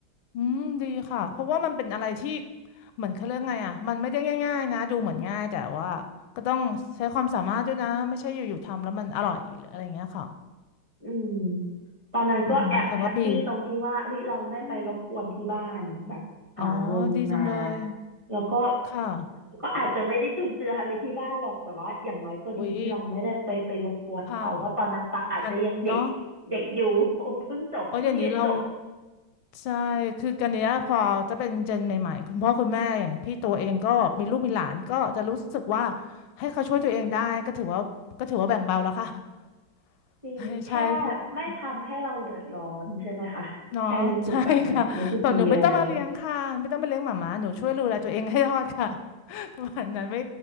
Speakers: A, on the left; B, on the right.
A: อืมดีค่ะเพราะว่ามันเป็นอะไรที่เหมือนเขาเรียกไงอ่ะมันไม่ได้ง่ายๆนะดูเหมือนง่ายแต่ว่าก็ต้องใช้ความสามารถด้วยนะไม่ใช่อยู่ๆทำแล้วมันอร่อยหรืออะไรอย่างเงี้ยค่ะ
B: อืมตอนนั้นก็แอบแฮปปี้ตรงที่ว่าเฮ้ยเราไม่ไปรบกวนที่บ้านแบบหาเงินมา
A: อือหือจังกะบีอืมอ๋อดีจังเลย
B: แล้วก็
A: ค่ะ
B: ก็อาจจะไม่ได้จุนเจืออะไรที่บ้านหรอกแต่ว่าอย่างน้อยก็ดีที่เราไม่ได้ไปไปรบกวนเขาว่าตอนนั้นตักอาจจะยังเด็ก
A: อุ๊ยค่ะกันเนาะ
B: เด็กอยู่ <laughs> เพิ่งจบเพิ่งเรียนจบ
A: โอ้ยเดี๋ยวนี้เราใช่คือกันเนี้ยพอจะเป็นเจนใหม่ๆคุณพ่อคุณแม่อย่างพี่ตัวเองก็มีลูกมีหลานก็จะรู้สึกว่าให้เขาช่วยตัวเองได้ก็ถือว่าก็ถือว่าแบ่งเบาแล้วค่ะ <laughs>
B: จริงแค่
A: ใช่ใช่เพราะว่า
B: ไม่ทำให้เราเดือดร้อนใช่ไหมคะแค่รู้สึกแบบเนี้ยรู้สึกดีแล้ว
A: เนาะ <laughs> ใช่ค่ะแบบหนูไม่ต้องมาเลี้ยงค่ะไม่ต้องมาเลี้ยงหมาหมาหนูช่วยดูแลตัวเองให้รอดค่ะ <laughs> ประมาณนั้นไม่